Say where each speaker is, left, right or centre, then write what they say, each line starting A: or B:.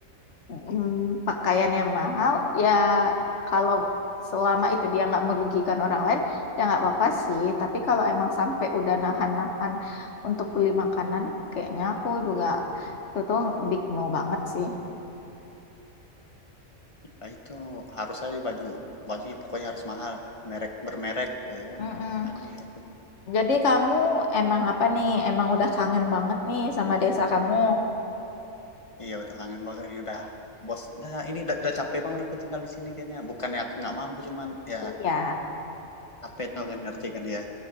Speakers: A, on the left (about 60°); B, on the left (about 30°).
A: mm, pakaian yang mahal ya kalau selama itu dia nggak merugikan orang lain ya nggak apa-apa sih tapi kalau emang sampai udah nahan-nahan untuk beli makanan kayaknya aku juga itu tuh big no banget sih
B: Ah, itu harus aja baju bajunya pokoknya harus mahal merek bermerek ya kan
A: Mm-mm.
B: aneh aku
A: Jadi kamu emang apa nih emang udah kangen banget nih sama desa kamu
B: iya udah kangen banget ini udah bos nah ini udah, udah capek banget aku tinggal di sini kayaknya bukannya aku nggak mampu cuman ya
A: Iya,
B: capek tuh kan ngerti kan ya